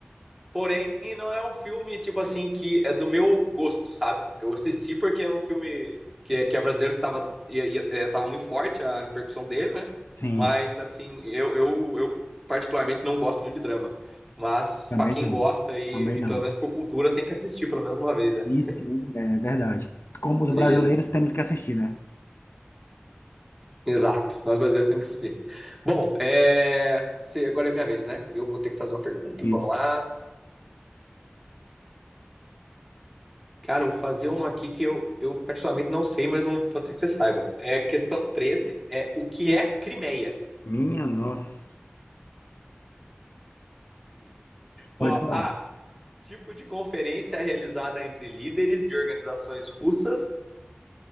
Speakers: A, in the centre; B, on the left.
A: Porém, não é um filme, tipo assim, que é do meu gosto, sabe? Eu assisti porque era um filme que é, que é brasileiro que tava, ia, ia- é, tava muito forte a repercussão dele, né?
B: Sim,
A: Mas, assim, eu, eu, eu particularmente não gosto muito de drama. Mas,
B: Também
A: pra quem
B: não.
A: gosta e,
B: Também
A: e
B: não.
A: pelo menos por cultura, tem que assistir pelo menos uma vez, né?
B: E sim, é verdade. Como os
A: Beleza.
B: brasileiros temos que assistir, né?
A: Exato. Nós brasileiros temos que assistir. Bom, é... se- agora é minha vez, né? Eu vou ter que fazer uma pergunta.
B: Isso.
A: Vamos lá. Cara, eu vou fazer uma aqui que eu, eu particularmente não sei, mas vou- pode ser que você saiba. É a questão treze. é o que é Crimeia?
B: Minha nossa. Pode
A: Ó,
B: falar.
A: A, tipo de conferência realizada entre líderes de organizações russas.